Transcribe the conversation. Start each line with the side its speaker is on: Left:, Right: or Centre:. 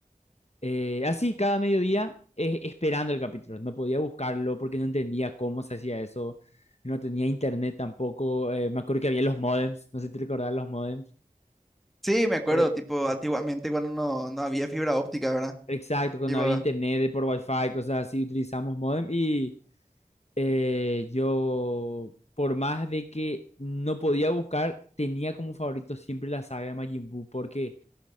Left: Eh, así cada mediodía eh, esperando el capítulo. No podía buscarlo porque no entendía cómo se hacía eso. No tenía internet tampoco. eh, me acuerdo que había los modems. No sé si te recordás los modems.
Centre: Sí, me acuerdo,
Left: Eh,
Centre: tipo, antiguamente cuando no, no había fibra óptica, ¿verdad?
Left: exacto, cuando
Centre: Tipo,
Left: había internet de por wifi, cosas así, utilizamos modem. Y eh, yo, por más de que no podía buscar, tenía como favorito siempre la saga de Majin Buu porque